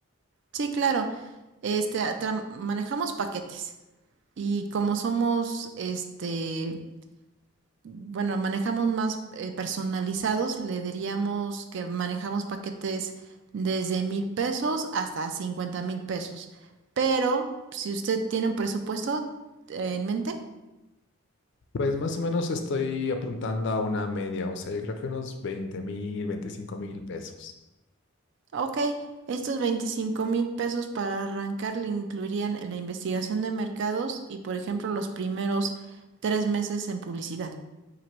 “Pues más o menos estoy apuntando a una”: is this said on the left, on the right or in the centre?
Left